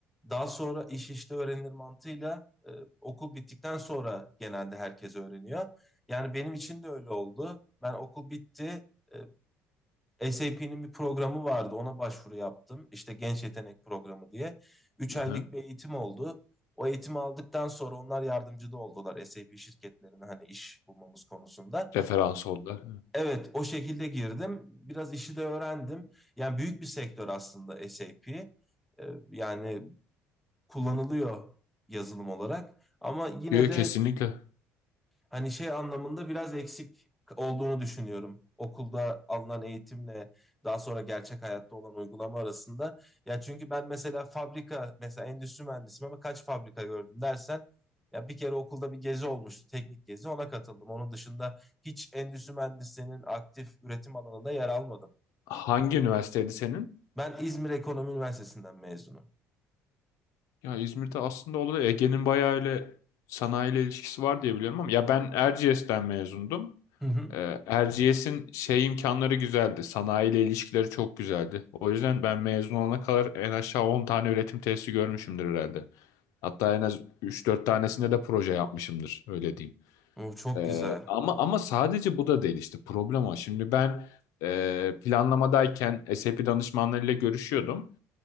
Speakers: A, in the centre; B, on the left (about 75°).
A: daha sonra iş işte öğrenilir mantığıyla e, okul bittikten sonra genelde herkes öğreniyor. Yani benim için de öyle oldu. Ben okul bitti. e, SAP'nin bir programı vardı. Ona başvuru yaptım. İşte genç yetenek programı diye. üç aylık
B: Aha.
A: bir eğitim oldu. O eğitimi aldıktan sonra onlar yardımcı da oldular SAP şirketlerine hani iş bulmamız konusunda.
B: Referans oldular.
A: Evet o şekilde girdim. Biraz işi de öğrendim. Yani büyük bir sektör aslında SAP. Ee, Yani kullanılıyor yazılım olarak. Ama yine
B: Diyor
A: de
B: kesinlikle.
A: Hani şey anlamında biraz eksik olduğunu düşünüyorum. Okulda alınan eğitimle daha sonra gerçek hayatta olan uygulama arasında. Ya çünkü ben mesela fabrika, mesela endüstri mühendisiyim ama kaç fabrika gördüm dersen ya bir kere okulda bir gezi olmuştu, teknik gezi ona katıldım. Onun dışında hiç endüstri mühendisliğinin aktif üretim alanında yer almadım.
B: Hangi üniversiteydi senin?
A: Ben İzmir Ekonomi Üniversitesi'nden mezunum.
B: Ya İzmir'de aslında oldu. Ege'nin bayağı ile sanayiyle ilişkisi var diye biliyorum ama ya ben Erciyes'ten mezundum.
A: Hı hı.
B: Ee, Erciyes'in şey imkanları güzeldi. Sanayiyle ilişkileri çok güzeldi. O yüzden ben mezun olana kadar en aşağı 10 tane üretim tesisi görmüşümdür herhalde. Hatta en az üç dört tanesinde de proje yapmışımdır. Öyle diyeyim.
A: O çok
B: Ee,
A: güzel.
B: ama ama sadece bu da değil işte problem o. Şimdi ben e, planlamadayken SAP danışmanlarıyla görüşüyordum